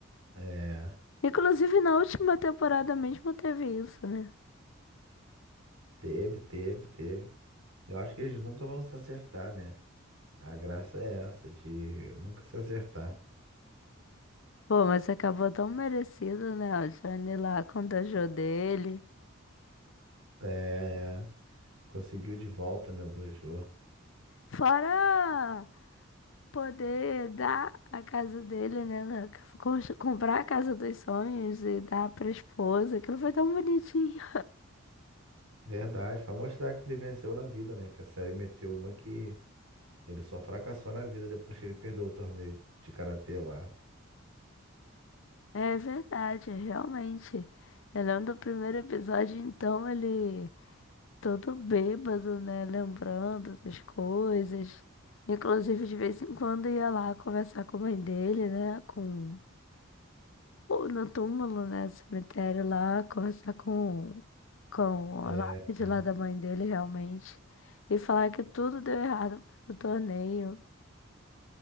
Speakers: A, on the right; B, on the left.
A: É,
B: Inclusive na última temporada mesmo teve isso, né?
A: teve, teve, teve. Eu acho que eles nunca vão se acertar, né? A graça é essa, de nunca se acertar.
B: Pô, mas acabou tão merecido, né? O Johnny lá contagiou dele.
A: É, conseguiu de volta, né, o Dojo.
B: Fora poder dar a casa dele, né? na- Comprar a casa dos sonhos e dar pra esposa. Aquilo foi tão bonitinho.
A: Verdade, pra mostrar que ele venceu na vida, né? Que a série meteu uma que ele só fracassou na vida depois que ele perdeu o torneio de karatê lá.
B: É verdade, realmente. Eu lembro do primeiro episódio, então, ele todo bêbado, né? Lembrando das coisas. Inclusive, de vez em quando ia lá conversar com a mãe dele, né? Com Ou no túmulo, né? Cemitério lá, conversar com, com
A: É,
B: a lápide
A: né?
B: lá da mãe dele, realmente. E falar que tudo deu errado por causa do torneio,